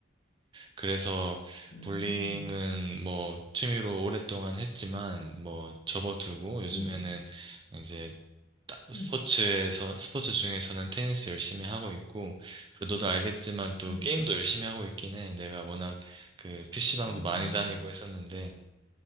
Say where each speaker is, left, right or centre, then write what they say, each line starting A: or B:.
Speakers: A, on the right; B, on the left.
A: 그래서
B: 음,
A: 볼링은 뭐 취미로 오랫동안 했지만, 뭐 접어두고, 요즘에는
B: 응,
A: 이제 따- 스포츠에서,
B: 응,
A: 스포츠 중에서는 테니스 열심히 하고 있고, 그리고 너도 알겠지만 또
B: 응.
A: 게임도 열심히 하고 있긴 해. 내가 워낙 그 PC방도
B: 아,
A: 많이 다니고 했었는데,